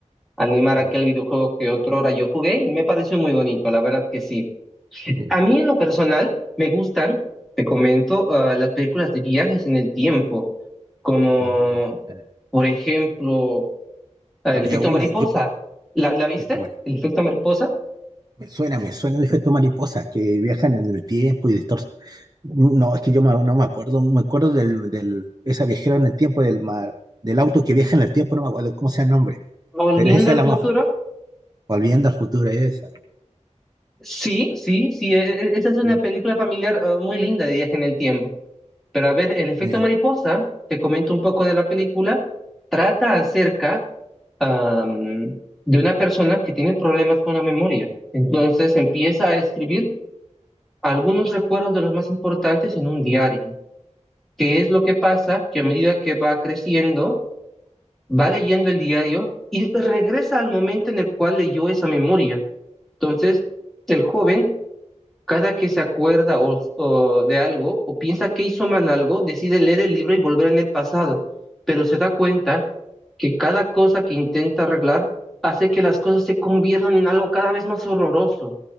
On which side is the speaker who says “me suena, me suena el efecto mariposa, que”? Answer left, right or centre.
Right